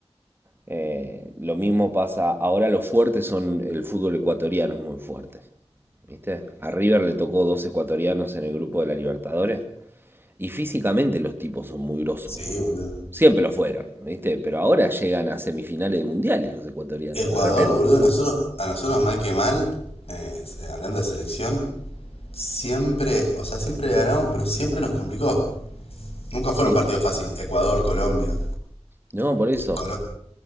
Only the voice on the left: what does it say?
sí,
boludo.
Ecuador,
boludo, nosotros, a nosotros mal que mal, eh, hablando de selección, siempre, o sea, siempre le ganamos, pero siempre nos complicó. Nunca fueron
partidos fáciles. Ecuador, Colombia.
Colo-